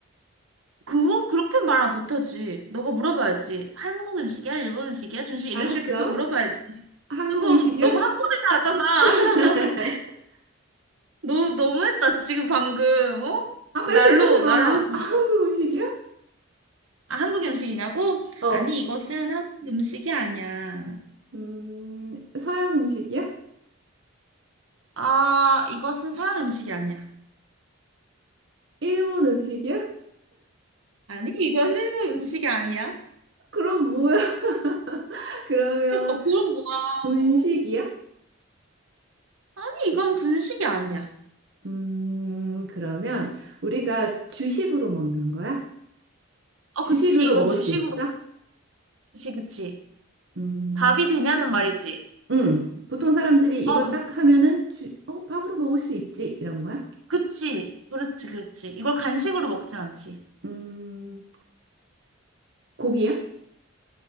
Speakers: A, on the right; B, on the right.
A: 그거 그렇게 말 못하지. 너가 물어봐야지. 한국 음식이야? 일본 음식이야? 준식 이런
B: 알았어.
A: 식으로 계속 물어봐야지.
B: 한국
A: 그거
B: 음식이야?
A: 너무 한 번에 다 하잖아.
B: <laughs>
A: <laughs> 너 너무했다 지금 방금. 어?
B: 아,
A: 그
B: 빨리
A: 날로
B: 대답해봐.
A: 날로 뭐,
B: 아, 한국 음식이야?
A: 아, 한국 음식이냐고?
B: 어.
A: 아니 이것은 한국 음식이 아니야.
B: 음, 서양 음식이야?
A: 아 이것은 서양 음식이 아니야.
B: 일본 음식이야?
A: 아니 이건 일본 음식이 아니야.
B: 그럼 뭐야? <laughs> 그러면
A: 그러니까 그건 뭐야?
B: 분식이야?
A: 어? 아니 이건 분식이 아니야.
B: 음, 그러면 우리가 주식으로 먹는 거야?
A: 어
B: 주식으로
A: 그치 이건
B: 먹을
A: 주식으로.
B: 수 있어?
A: 그치 그치.
B: 음,
A: 밥이 되냐는 말이지.
B: 음, 보통 사람들이
A: 어,
B: 이거
A: 그치.
B: 딱 하면은 주, 어, 밥으로 먹을 수 있지. 이런 거야?
A: 그치. 그렇지, 그렇지. 이걸 간식으로 먹진 않지.
B: 음, 고기야?